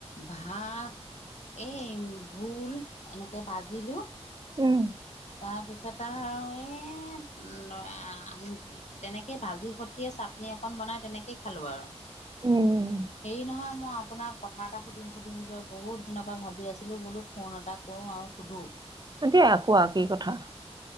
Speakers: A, on the left (about 90°); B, on the right (about 40°).
A: ভাত এই ভোল এনেকে ভাজিলোঁ
B: উম
A: তাৰপিছত আৰু এই নয়া তেনেকে ভাজি সতিয়ে চাটনি অকন বনাই তেনেকেই খালোঁ আৰু
B: উম
A: হেৰি নহয় মই আপোনাক কথা এটা সুধিম সুধিমগৈ বহুত দিনৰ পৰা ভাবি আছিলোঁ বোলো ফোন এটা কৰোঁ আৰু সোধোঁ
B: দিয়া কোৱা কি কথা?